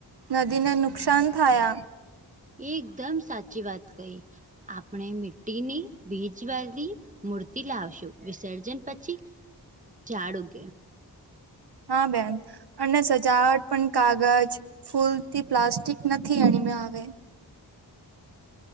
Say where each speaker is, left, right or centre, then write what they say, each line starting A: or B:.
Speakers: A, on the right; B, on the right.
A: નદીને નુકસાન થાયા.
B: એકદમ સાચી વાત કહી આપણે મિ્ટીની બિજવાલી.. મૂર્તિ લાવશું વિસર્જન પછી ઝાડ ઉગે.
A: હા બેન અને સજાવટ પણ કાગજ ફૂલથી પ્લાસ્ટિક નથી એણીમે આવે.